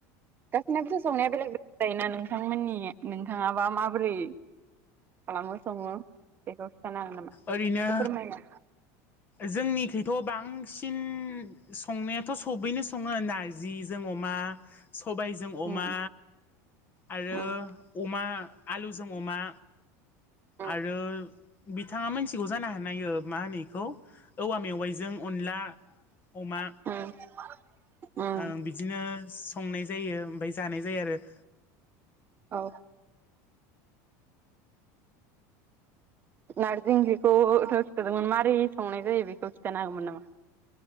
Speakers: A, on the right; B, on the left.
A: गासैनाबोथ' संनाया <unintelligible> जायोना नोंथांमोननि नोंथाङाबा माबोरै खालामो सङो बेखौ खिन्थानो हागोन नामा?
B: ओरैनो
A: एसे फोरमायना
B: जोंनिखैथ' बांसिन संनायाथ' सबैनो सङो नारजि जों अमा सबाय जों अमा
A: उम
B: आरो
A: उम
B: अमा आलुजों अमा
A: उम
B: आरो नोंथाङा मिथिगौ जानो हानायो ओ मा होनो इखौ औवा मेवाइजों अनला अमा
A: <unintelligible> उम
B: ओं बिदिनो संनाय जायो ओमफ्राय जानाय जायो आरो।
A: औ नारजि ओंख्रिखौ थ' खिथादोंमोन माबोरै संनाय जायो बेखौ खिन्थानो हागोमोन नामा?